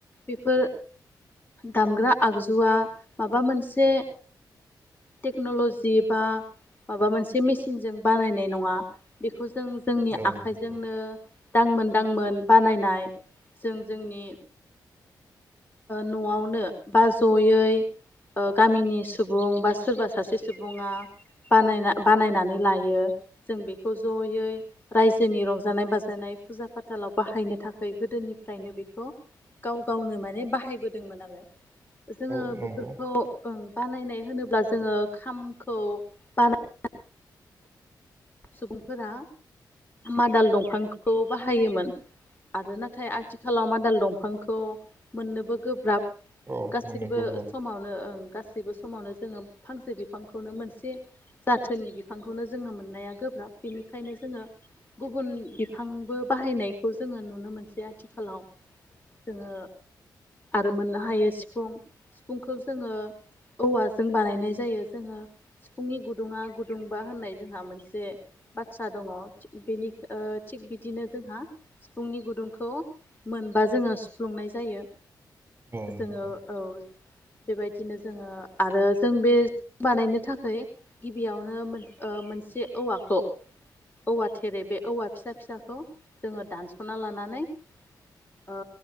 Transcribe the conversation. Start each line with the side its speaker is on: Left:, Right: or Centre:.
Left: बेफोर दामग्रा आगजुआ माबा मोनसे टेक्न'ल'जि बा माबा मोनसे मेसििनजों बानायनाय नङा बेखौ जों जों जोंनि
Right: औ
Left: आखाइजोंनो
Right: नंगौ
Left: दां दांमोन बानायनाय जों जोंनि न'आवनो बा जयै गामिनि सुबुं बा सोरबा सासे सुबुङा बानायना बानायनानै लायो जों बेखौ जयै रायजोनि रंजानाय बाजानाय फुजा फाथालाव बाहायनो थाखाय गोदोनिफ्रायनो बेखौ गाव गावनो माने बाहायबोदोंमोन आरोङो जोङो
Right: औ नंगौ
Left: बेफोरखौ बानायनाय होनोब्ला जोङो खामखौ बानाय सुबुंफोरा मादाल दंफांखौ बाहायोमोन आरो नाथाय आथिखालाव मादाल दंफांखौ मोननोबो गोब्राब
Right: औ
Left: गासैबो
Right: मोननो गोब्राब
Left: समावनो ओं गासै गबो समावनो जोङो फांसे बिफांखौनो मोनसे जाथोनि बिफांखौनो जोङो मोननाया गोब्राब बेनिखायनो जोङो गुबुन बिफांबो बाहायनायखौ जोङो नुनो मोनसै आथिखालाव जोङो आरो मोननो हायो सिफुं सिफुंखौ जोङो औवाजों बानायनाय जायो जोङो सिफुंनि गुदुङा गुदुंबा होननाय जोंहा मोनसे बाथ्रा दङि बेनि थिग बिदिनो जोंहा सिफुंनि गुदुंखौ मोनबा जोङो सुफ्लुंनाय जायो
Right: औ
Left: जोङो
Right: नंगौ
Left: औ बेबायदिनो जोङो आरो जों बे बानायनो थाखाय गिबियावनो मोनसे औवाखौ अ औवा थेरे बे औवा फिसा फिसाखौ जोङो दानस'ना लानानै ओ